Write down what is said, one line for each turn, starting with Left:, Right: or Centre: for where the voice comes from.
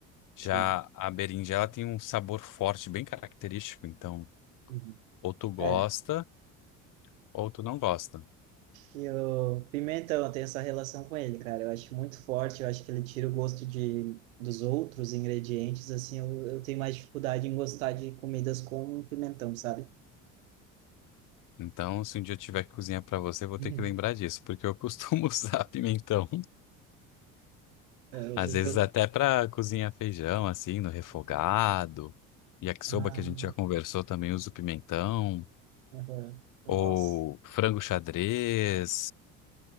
Left: Já
Right: Sim.
Left: a berinjela tem um sabor forte, bem característico. Então,
Right: Uhum.
Left: ou tu gosta,
Right: É,
Left: ou tu não gosta.
Right: e o pimentão, eu tenho essa relação com ele, cara, eu acho muito forte, eu acho que ele tira o gosto de, dos outros ingredientes, assim, eu, eu tenho mais dificuldade em gostar de comidas com pimentão, sabe?
Left: Então, se um dia eu tiver que cozinhar pra você, eu vou
Right: Uhum.
Left: ter que lembrar disso, porque eu costumo <laughs> usar pimentão.
Right: É, eu
Left: Às
Right: eu,
Left: vezes
Right: tenho...
Left: até pra cozinhar feijão, assim, no refogado. Yakisoba,
Right: Ah,
Left: que a gente já conversou, também uso pimentão.
Right: agora, nossa...
Left: Ou frango xadrez,